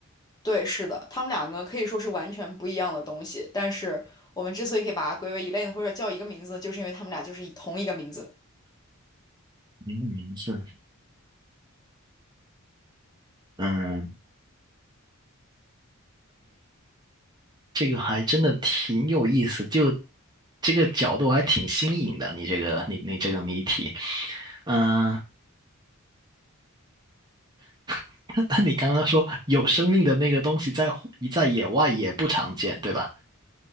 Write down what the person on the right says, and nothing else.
名的名字，嗯，这个还真的挺有意思，就这个角度还挺新颖的。你这个你你这个谜题，嗯，<laughs> 那你刚刚说有生命的那个东西在户在野外也不常见，对吧？